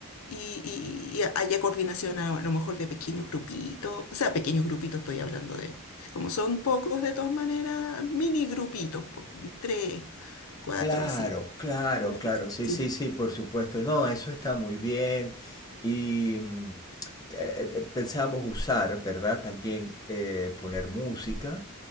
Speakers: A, on the left (about 70°); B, on the left (about 15°).
A: y, y- y haya coordinación a, lo mejor de pequeños grupitos, o sea, pequeños grupitos estoy hablando de, como son pocos de todas maneras, mini grupitos, po, tres, cuatro,
B: Claro,
A: así,
B: claro,
A: una
B: claro,
A: cosa
B: sí,
A: así.
B: sí, sí, por supuesto. No, eso está muy bien. Y mm, eh, eh, pensamos usar, ¿verdad? También eh, poner música.